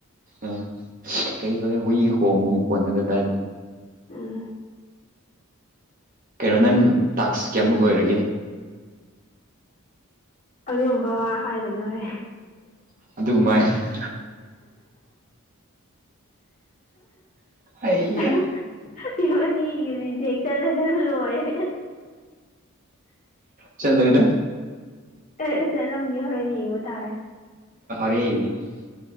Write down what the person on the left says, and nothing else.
ꯎꯝ
ꯑꯗꯨꯒꯨꯝꯕ ꯍꯥꯏꯒꯅꯨ ꯍꯥꯏ
<unintelligible> ꯔꯤꯖꯦꯛ ꯆꯠꯂꯥꯁꯦ ꯂꯣꯏꯦ <inaudible>
ꯑꯦ ꯆꯠꯂꯝꯅꯤ ꯍꯣꯔꯦꯟ ꯌꯦꯡꯕ ꯇꯥꯔꯦ